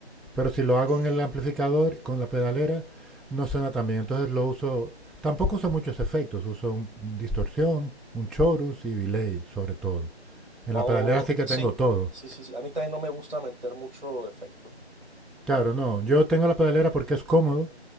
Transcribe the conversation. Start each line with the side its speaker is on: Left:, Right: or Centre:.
Centre: Pero si lo hago
Right: Eh,
Centre: en el amplificador con la pedalera, no suena tan bien. Entonces lo uso, tampoco uso muchos efectos, uso un, un distorsión, un chorus y delay sobre todo. En
Right: Oh,
Centre: la pedalera sí que
Right: sí.
Centre: tengo todo,
Right: Sí, sí, sí. A mí también no me gusta meter mucho efecto.
Centre: Claro, no. Yo tengo la pedalera porque es cómodo